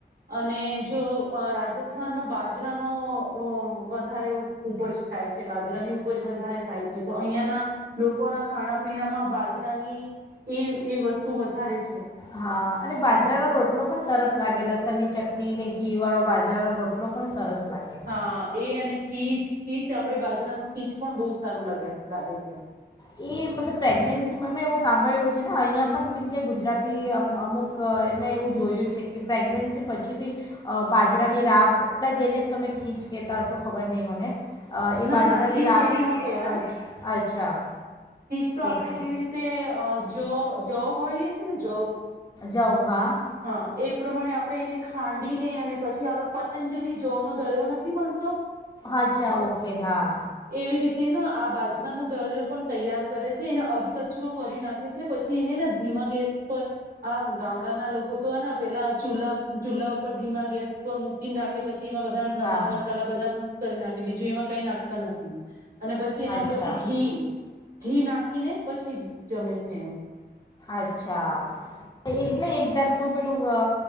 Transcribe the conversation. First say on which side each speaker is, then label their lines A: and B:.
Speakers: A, on the right; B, on the left.
A: અને જો અ રાજસ્થા રાજસ્થાનમાં બાજરાનો વધારે ઉપજ થાય છે. બાજરાની ઉપજ વધારે થાય છે. તો અહિયાંના લોકોના ખાણા પીણામાં બાજરાની ઈ વસ્તુ વધારે છે
B: હા અને બાજરાનો રોટલો પણ સરસ લાગે લસણ ની ચટણી, ને ઘી વાળો બાજરાનો રોટલો પણ સરસ લાગે
A: હા એ અને ખીચ ખીચ આપડે બાજરાનો ખીચ પણ બહુ સારું લાગે લાગે છે.
B: એ મતલબ પ્રેગ્નેન્સીમાં મેં એવું સાંભળેલ્યું છે ને અહીંયા પણ કેમકે ગુજરાતી અમુ અમુક મેં એવું જોયું જ છે કે પ્રેગ્નન્સી પછી બી અ બાજરાની રાબ એટલા જેને જ તમે ખીચ કહેતા હશો ખબર નહીં મને <unintelligible>
A: ના ના ખીચ એને ન કહેવાય
B: અચ્છા.
A: ખીચ તો આપડે
B: ઓકે
A: જે રીતે અ જો. જો હોયશ. <unintelligible>
B: જાઓ હા
A: એ પ્રમાણે આપણે એને ખાંડીને અને પછી હ પતંજલિ જવનો દળિયો નથી મળતો?
B: અચ્છા ઓકે હા.
A: એવી રીતે ને <unintelligible> તૈયાર કરે છે એને અધ કચરો કરી નાખે છે. પછી એને ધીમા ગેસ પર આમ ગામડાના લોકો તોને પેલા ચૂલ્લા ચૂલ્લા ઉપર ધીમા ગેસ પર મૂકીને નાખે પછી.... એમાં બધા નમક
B: હા
A: મસાલા બધા કરી નાખે બીજું એમાં કઈ નાખતા નથી. અને પછી એના
B: અચ્છા
A: ઉપરથી ઘી. ઘી નાખીને પછી જ જમે છે એને
B: અચ્છા એટલે એક જાતનું પેલું અ